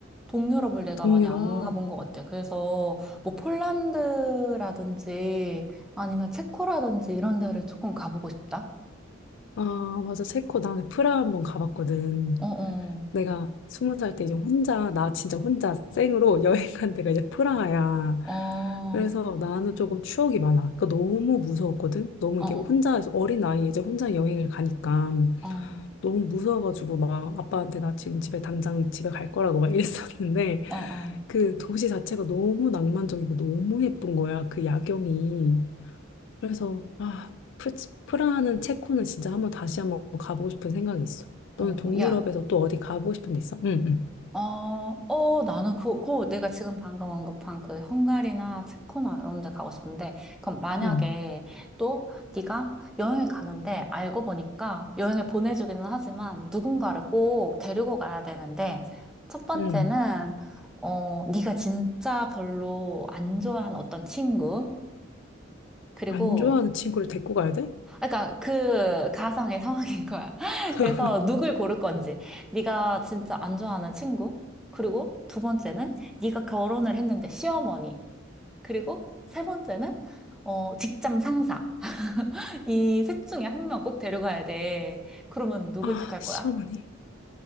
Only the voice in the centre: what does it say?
동유럽을 내가
많이 안 가본 것 같아. 그래서, 뭐, 폴란드라든지, 아니면 체코라든지 이런 데를 조금 가보고 싶다.
어, 어,
어, 어,
어,
어,
어, 어.
어,
야.
어, 어, 나는 그, 그 내가 지금 방금 언급한 그 헝가리나 체코나 이런 데 가고 싶은데, 그럼 만약에
또 네가 여행을 가는데 알고 보니까 여행을 보내주기는 하지만 누군가를 꼭 데리고 가야 되는데, 첫 번째는,
어, 네가 진짜 별로 안 좋아하는 어떤 친구, 그리고
아, 그러니까 그 가상의 상황인 거야. <laughs>
그래서 누굴 고를 건지, 네가 진짜 안 좋아하는 친구, 그리고 두 번째는 네가 결혼을 했는데 시어머니, 그리고 세 번째는 어, 직장 상사. <laughs> 이 셋 중에 한 명 꼭 데려가야 돼. 그러면 누굴
택할
거야?